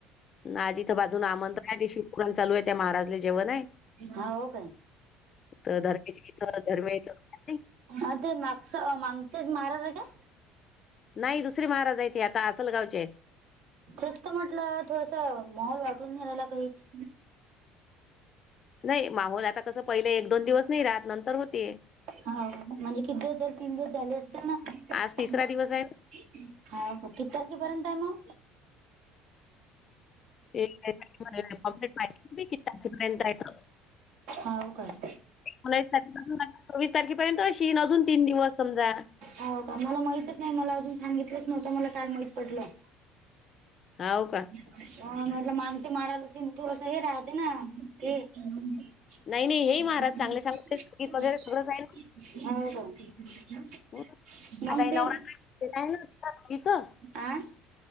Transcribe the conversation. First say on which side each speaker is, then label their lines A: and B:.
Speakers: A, on the left; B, on the right.
A: आजिथं बाजून आमंत्रण आहे ते शिवपुराण चालू आहे त्या महाराजले.. जेवण आहे.
B: हा हो काय?
A: तर धर्मेच्या इथं धर्मे इथं नाही
B: अ ते मागचं मागचेच महाराज आहे का?
A: नाही दुसर महाराज आहेत ते आता आसलगावचे आहेत.
B: तेच तर म्हटलं थोडस मोहल वाटून घ्यारायला काहीच.
A: नाही माहोल आता कसं पहिलं एक दोन दिवस नाही राहत नंतर होती.
B: हाव का म्हणजे किती दिवस झाले? तीन दिवस झाले असतील ना.
A: आज तिसरा दिवस आहे ना.
B: ह का किती तारख पर्यंत हाय मग?
A: <unintelligible> पर्यंत आहे ग
B: हव काय.
A: एकोस तारखे चोवीस तारखेपर्यंत अशी अजून तीन दिवस समजा.
B: हो का मला माहितच नाही मला अजून सांगितलंच नव्हतं मला काल माहित पडलं.
A: हाव का?
B: ह म्हटलं मागते महाराज असेल थोडस हे राहते ना. <unintelligible> <unintelligible>
A: नाही, नाही हेही महाराज चांगले सांगत आहेत. संगीत वगैरे सगळंच आहे ना.
B: मग
A: आता हे
B: ते
A: नवरात्र आहे ना तिचं
B: अ.